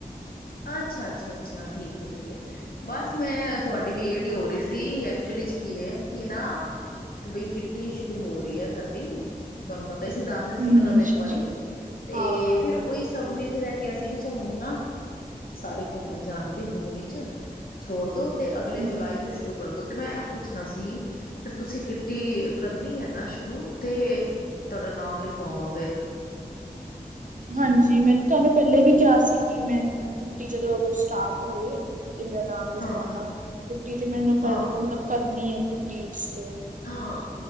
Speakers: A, on the left (about 80°); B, on the right (about 60°).
A: ਅੱਛਾ ਅੱਛਾ ਅੱਛਾ ਠੀਕ ਹੈ ਠੀਕ ਹੈ। ਬਸ ਮੈਂ ਤੁਹਾਡੀ ਵੇਟ ਈ ਹੋ ਰਹੀ ਸੀ ਐਕਚੁਲੀ 'ਚ ਕੀ ਏ ਕਿ ਨਾ ਬਈ ਕਿੱਟੀ ਸ਼ੁਰੂ ਹੋ ਰਹੀ ਐ ਸਾਡੀ, ਤੁਹਾਨੂੰ ਪਤਾ ਈ ਸੀ ਦੱਸ
B: ਹੂੰ,
A: ਸੀ ਪਤਾ ਉਹਨੂੰ
B: ਅੱਛਾ-ਅੱਛਾ।
A: ਇੱਕ ਵਾਰੀ, ਤੇ
B: ਹਾਂ-ਹਾਂ,
A: ਫਿਰ ਉਹੀ ਸਭ ਨੇ ਫੇਰ ਇਹ ਕਿਹਾ ਸੀ ਕਿ ਚਲ ਹੁਣ ਨਾ ਸਾਰੇ ਘੁੰਮਣ ਜਾਣਗੇ ਜੂਨ ਵਿੱਚ, ਛੋੜ ਦੋ ਤੇ ਅਗਲੇ
B: ਹੂੰ।
A: ਜੁਲਾਈ ਤੋਂ ਕਰਦੋ ਤੇ ਮੈਂ ਐ ਪੁੱਛਣਾ ਸੀ ਫਿਰ ਤੁਸੀਂ ਕਿੱਟੀ ਕਰਨੀ ਹੈ ਨਾ ਸ਼ੁਰੂ ਤੇ, ਤੁਹਾਡਾ ਨਾਮ ਲਿਖਵਾਵਾਂ ਫੇਰ।
B: ਹਾਂਜੀ ਮੈਂ ਤੁਹਾਨੂੰ ਪਹਿਲੇ ਵੀ ਕਿਹਾ ਸੀ ਕਿ ਮੈਨੂੰ ਕਿੱਟੀ ਜਦੋਂ ਅਗਰ ਸਟਾਰਟ ਹੋਏ ਤੇ ਮੇਰਾ ਨਾਮ ਲਿਖਵਾਣਾ।
A: ਹਾਂ
B: ਕਿੱਟੀ ਤੇ ਮੈ ਦਿੱਤਾ
A: ਹਾਂ
B: ਮਤਲਬ ਕਰਨੀ ਹੈ ਕਿੱਟੀ ਤੇ।
A: ਹਾਂ,